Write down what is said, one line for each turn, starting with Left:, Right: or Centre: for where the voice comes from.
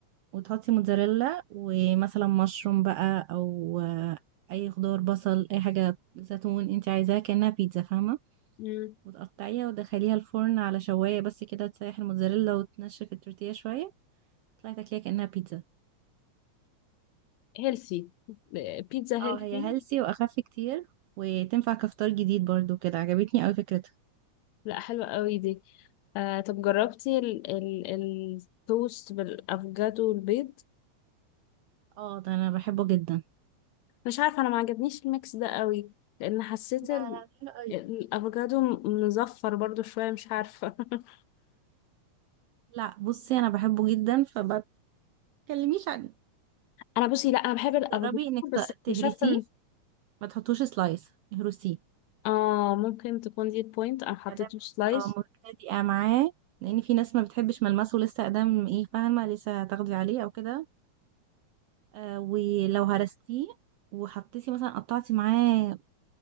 Right: وتحطي موتزاريلا ومثلا مشروم بقى او آه، اي خضار بصل اي حاجة زيتون انت عايزاها كأنها بيتزا فاهمة
Left: مم.
Right: وتقطعيها وتدخليها الفرن على شواية بس كده تسيح الموتزاريلا وتنشف التورتيه شوية تطلعي تاكليها كأنها بيتزا
Left: هيلثي بيتزا هيلثي
Right: اه هي هيلسي واخف كتير وتنفع كفطار جديد برضو كده عجبتني اوي فكرتها
Left: لا حلوة قوي دي آه طب جربتي ال ال التوست بالافوكادو والبيض
Right: اه ده انا بحبه جدا
Left: مش عارفة انا ما عجبنيش الميكس ده قوي لان حسيت
Right: لا
Left: ال-
Right: لا حلو قوي
Left: الافوكادو م- مزفر برضو شوية مش عارفة <laughs>
Right: لا بصي انا بحبه جدا فما تكلميش عنه
Left: انا بصي لا انا بحب
Right: بس
Left: الافوكادو
Right: جربي انك ت-
Left: بس اكتشفت
Right: تهرسيه
Left: ان
Right: ما تحطوش سلايس اهرسيه
Left: اه ممكن تكون دي البوينت انا حطيته
Right: ادام
Left: سلايس
Right: لسه اه مبتدئه معاه لان في ناس ما بتحبش ملمسه لسه ادام ايه فاهمه لسه هتاخدي عليه او كده آه ولو هرستيه وحطيتي مثلا قطعتي معاه